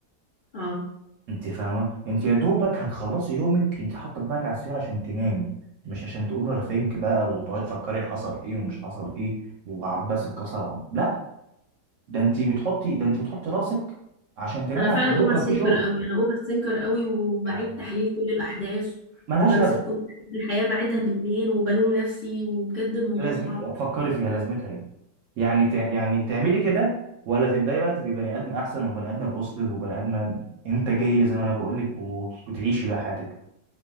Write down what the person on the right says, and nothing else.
انت فاهمه انت يا دوبك هتخلصي يومك انت حاطه دماغك على السرير عشان تنامي مش عشان تاوفر ثينك بقى وتقعدي تفكري حصل ايه ومش حصل ايه وعباس اتكسر وعب... لا ده انت بتحطي ده انت بتحطي راسك عشان تنامي
عشان
بكره
في شغل
يعني
ملهاش
لازمه
لازم
فكري فيها لازمتها ايه يعني تع... يعني تعملي كده ولا تبداي بقى تبقي بني ادم احسن وبني ادم بوزيتيف وبني ادم انتاجيه زي ما انا بقول لك و... وتعيشي بقى حياتك